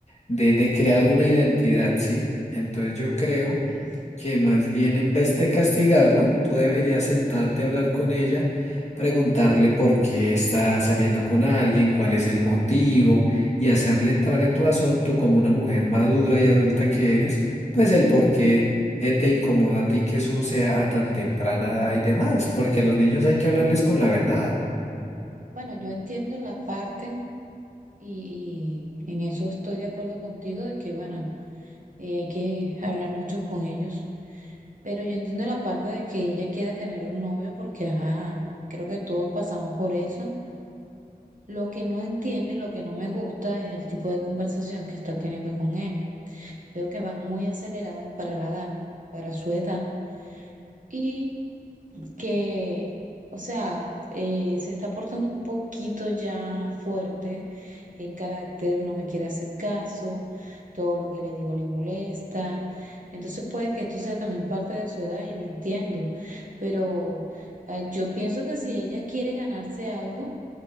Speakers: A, on the left (about 45°); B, on the right (about 60°).
A: de, de crear una identidad, ¿sí? Entonces yo creo
B: Entiendo.
A: que más bien en vez de castigarla, tú deberías sentarte a hablar con ella, preguntarle por qué está saliendo con alguien, cuál es el motivo y hacerle entrar en razón, tú como una mujer madura y adulta que eres, pues el por qué eh, te incomoda a ti que eso sea a tan temprana edad y demás, porque a los niños hay que hablarles con la verdad.
B: Bueno, yo entiendo la parte y, y en eso estoy de acuerdo contigo de que, bueno, eh, hay que hablar mucho con ellos, pero yo entiendo la parte de que ella quiera tener un novio porque, ajá, creo que todos pasamos por eso Lo que no entiendo y lo que no me gusta es el tipo de conversación que está teniendo con él. Veo que van muy acelerados para la edad, para su edad, y que, o sea, eh, se está portando un poquito ya fuerte en carácter, no me quiere hacer caso, todo lo que le digo le molesta. Entonces puede que esto sea también parte de su edad y lo entiendo, pero eh, yo pienso que si ella quiere ganarse algo,